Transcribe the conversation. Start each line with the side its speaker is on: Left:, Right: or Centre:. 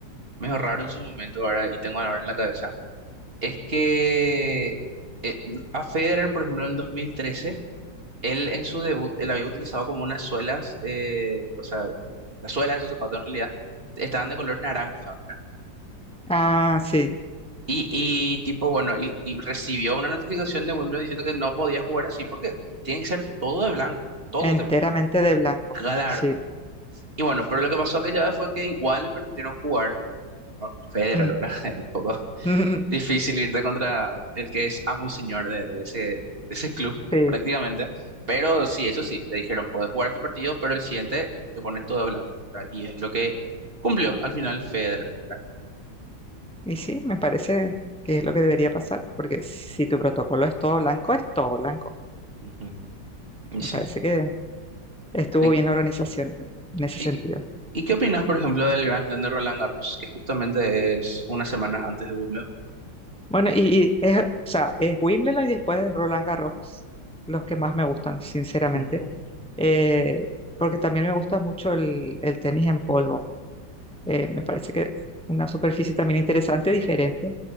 Right: medio raro en su momento, ¿verdad? Y tengo ahora en la cabeza. es que eh, a Federer, por ejemplo, en el 2013 él en su debut, él había utilizado como unas suelas, eh, o sea, las suelas de su zapato en realidad estaban de color naranja, ¿verdad?
Centre: Ah, sí,
Right: Y, y tipo, bueno, y, y recibió una notificación de Wimbledon diciendo que no podía jugar así porque tiene que ser todo de blanco, todo
Centre: enteramente
Right: de blanco.
Centre: de blanco.
Right: Claro.
Centre: Sí.
Right: Y bueno, pero lo que pasó aquella vez fue que igual le permitieron jugar Federer,
Centre: Mm.
Right: ¿verdad? <laughs> Un poco
Centre: <laughs>
Right: difícil irte contra el que es amo y señor de, de ese, de ese club,
Centre: Sí,
Right: prácticamente. Pero sí, eso sí, le dijeron, podés jugar este partido, pero el siguiente te pones todo blanco. ¿verdad? Y es lo que cumplió al final Federer. ¿verdad?
Centre: y sí, me parece que es lo que debería pasar, porque si si tu protocolo es todo blanco, es todo blanco.
Right: Ujú. Y
Centre: Me
Right: sí.
Centre: parece que Estuvo
Right: ¿Y,
Centre: bien la organización en en ese
Right: y
Centre: sentido.
Right: qué, y qué opinas, por ejemplo, del Grand Slam de Roland Garros, que justamente es unas semanas antes de Wimbledon?
Centre: Bueno, y, y es, o sea, es Wimbledon y después Roland Garros, los que más me gustan, sinceramente.
Right: Ujú,
Centre: Eh, porque también me gusta mucho el, el tenis en polvo. Eh, me parece que es una superficie también interesante, diferente.